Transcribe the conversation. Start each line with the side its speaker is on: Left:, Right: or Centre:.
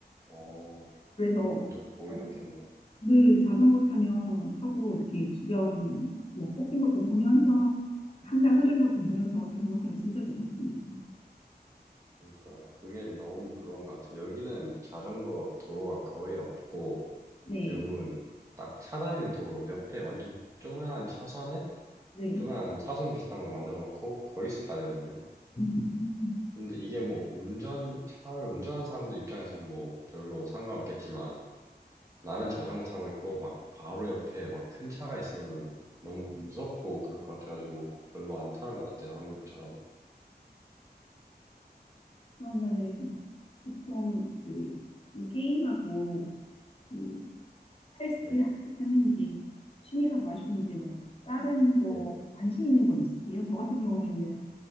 Right: 어,
Left: 그래서
Right: 이거 완전 보이
Left: 어,
Right: 좋겠네요.
Left: 늘 자전거 타면 타고 이렇게 주변 뭐 꽃핀 것도 보면서 한강 흐르는 것도 보면서 자전거 타면 진짜 좋거든요.
Right: 그러니까 그게 너무 부러운 것 같아요. 여기는 자전거 도로가 거의 없고
Left: 네,
Right: 대부분 딱 차 다니는 도로 옆에 완전 조그만한 차선에
Left: 네.
Right: 조그만한 차선 비슷한 거 만들어 놓고 거기서 타야 되거든요.
Left: 음.
Right: 근데 이게 뭐 운전 차를 운전하는 사람들 입장에서는 뭐 별로 상관없겠지만 나는 자전거 타고 있고 막 바로 옆에 막 큰 차가 있으면 너무 무섭고 그럴 것 같아가지고 별로 안 타는 것 같아요. 한국처럼.
Left: 그러면은 보통 그 뭐 게임하고 그 헬스하고
Right: 네,
Left: 하는 게 취미라고 하셨는데 뭐 다른 거
Right: 네,
Left: 관심 있는 건 있으세요? 저 같은 경우에는